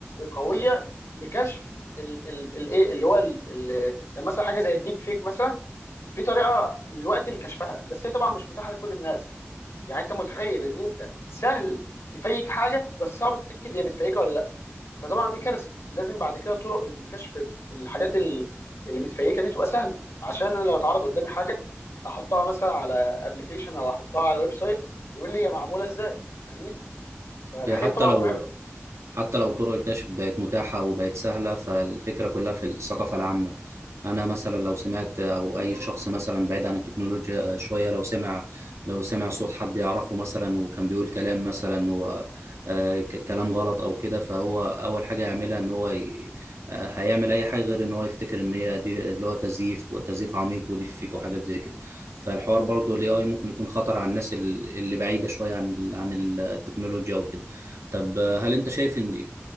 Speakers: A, on the left; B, on the right.
A: قويه لكشف ال- ال- الايه اللي هو ال- ال- يعني مثلا حاجه زي الديب فيك مثلا في طريقه دلوقتي لكشفها بس هي طبعا مش متاحه لكل الناس يعني انت متخيل ان انت سهل تفيك حاجه بس صعب تتاكد هي متفيكه ولا لا فطبعا دي كارثه لازم بعد كده طرق الكشف الحاجات ال- اللي متفيكه دي تبقى سهله عشان انا لو اتعرض قدامي حاجه احطها مثلا على ابلكيشن او احطها على ويب سايت يقول لي هي معموله ازاي فاهمني فالحاجات
B: هي حتى
A: دي طبعا
B: لو
A: مرعبه
B: حتى لو طرق الكشف بقت متاحة وبقت سهلة فالفكرة كلها في الثقافة العامة أنا مثلا لو سمعت أو أي شخص مثلا بعيد عن التكنولوجيا آه، شوية لو سمع لو سمع صوت حد يعرفه مثلا وكان بيقول كلام مثلا و آه، ك- كلام غلط أو كده فهو أول حاجة يعملها إن هو ي... آه، هيعمل أي حاجة غير إن هو يفتكر إن هي دي اللي هو تزييف وتزييف عميق ودي فيك وحاجات زي كده فالحوار برضه ال AI ممكن يكون خطر على الناس ال- اللي بعيدة شوية عن ال- عن التكنولوجيا وكده طب هل انت شايف ان